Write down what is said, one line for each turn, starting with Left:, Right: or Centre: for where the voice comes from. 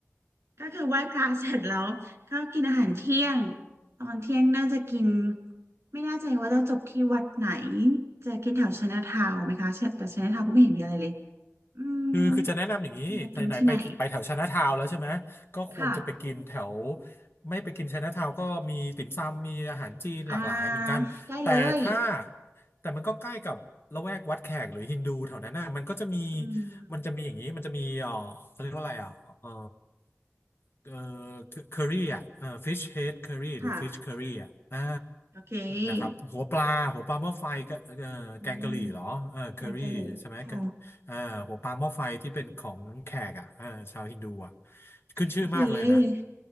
Right: ก็คือไหว้พระเสร็จแล้วก็กินอาหารเที่ยงตอนเที่ยงน่าจะกินไม่แน่ใจว่าจะจบที่วัดไหนจะกินแถวชนะทาวน์ไหมคะแต่ชนะทาวน์ก็ไม่เห็นมีอะไรเลยอืม
Left: คือคือจะแนะนำอย่างนี้ไหนไหนไปไปแถวไชน่าทาวน์แล้วใช่ไหมก็ควรจะไปกินแถว
Right: อยากกินที่ไหนค่ะ
Left: ไม่ไปกินไชน่าทาวน์ก็มีติ่มซำมีอาหารจีนหลากหลายเหมือนกันแต่ถ้า
Right: อ่าได้เลย
Left: แต่มันก็ใกล้กับละแวกวัดแขกหรือฮินดูแถวนั้นน่ะมันก็จะมี
Right: อืม
Left: มันจะมีอย่างนี้มันจะมีเออเขาเรียกว่าอะไรอ่ะเออเออเคอรี่อ่ะเออฟิชเฮดเคอรี่หรือฟิชเคอรี่อ่ะอ่า
Right: ค่ะโอเค
Left: นะครับหัวปลาหัวปลาหม้อไฟก็เออแกงกะหรี่เหรอเออเคอรี่ใช่ไหม
Right: อืมแกงกะหรี่ค่ะ
Left: อ่าหัวปลาหม้อไฟที่เป็นของแขกอ่ะอ่าชาวฮินดูอ่ะขึ้นชื่อมากเลยนะ
Right: โอเค